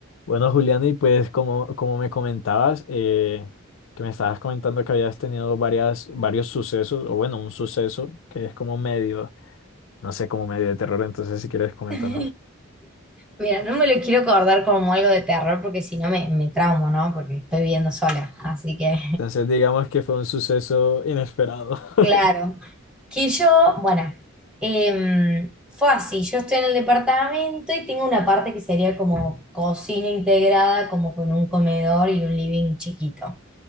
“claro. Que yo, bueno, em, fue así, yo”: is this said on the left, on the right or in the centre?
Centre